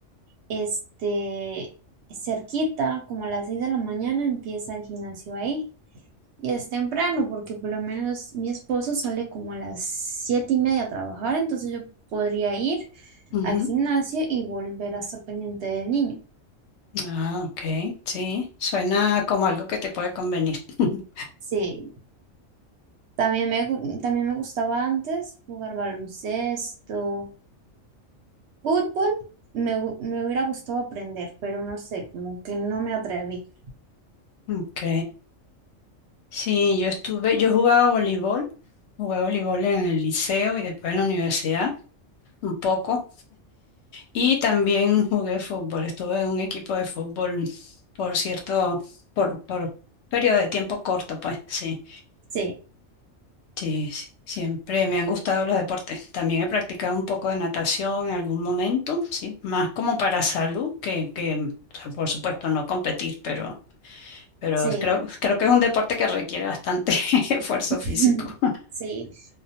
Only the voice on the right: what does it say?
este, cerquita, como a las 6 de la mañana, empieza el gimnasio ahí. Y es temprano, porque por lo menos mi esposo sale como a las siete y media a trabajar, entonces yo podría ir
al gimnasio y volver a estar pendiente del niño.
Sí, también me, gu- también me gustaba antes jugar baloncesto, fútbol, me, hu- me hubiera gustado aprender, pero no sé, como que no me atreví.
Sí,
sí,
<laughs>
sí.